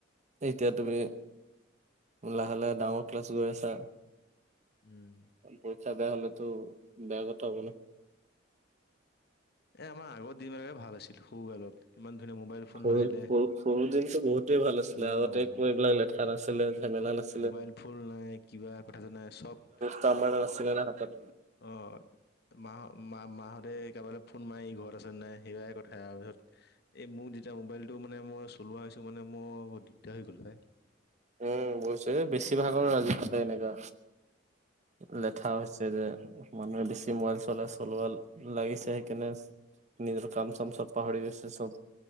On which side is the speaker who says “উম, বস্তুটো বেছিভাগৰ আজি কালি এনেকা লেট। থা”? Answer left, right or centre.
Right